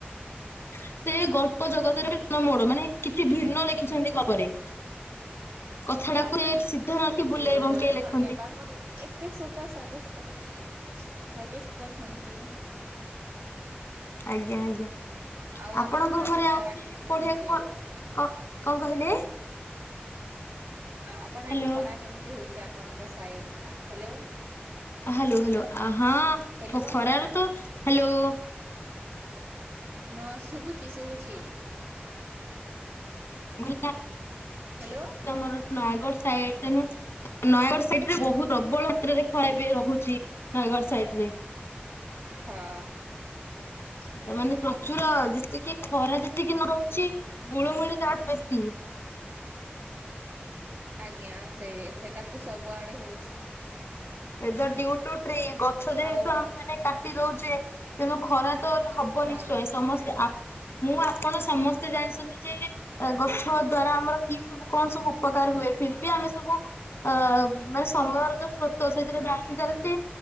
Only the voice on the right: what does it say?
ଆଜ୍ଞା ଆଜ୍ଞା
ଏତିକି
କହିଥିବାର
ଧନ୍ୟବାଦ।
ମ ଏତେ ସୁତା ସଜେଷ୍ଟ୍ ସଜେଷ୍ଟ କରିଛନ୍ତି।
ଆଉ
ଆଡେ
ଖରା
କେମିତି
ହଉଛି?
ଆପଣ
ଏ ଖରା କେମିତି ହଉଛି। ଆପଣଙ୍କ ସାଇଟ୍ ହ୍ୟାଲୋ।
ହ୍ୟାଲୋ
ହଁ ଶୁଭୁଛି ଶୁଭୁଛି।
ହ୍ୟାଲୋ
ହଁ ହୁଁ
ହୁଁ
ଆଜ୍ଞା, ସେ ସେଟା ତ ସବୁଆଡେ ହଉଛି।
ଆଉ
ହଁ